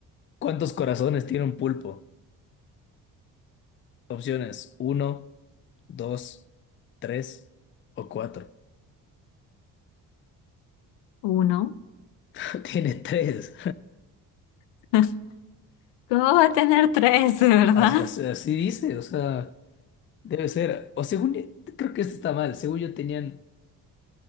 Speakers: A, on the left; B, on the left.
A: ¿cuántos corazones tiene un pulpo? Opciones uno dos 3 o cuatro
B: uno.
A: <laughs> Tiene 3.
B: <laughs> ¿Cómo va a tener tres, de verdad?
A: Así, así dice, o sea, debe ser. O según, creo que esto está mal. Según yo tenían,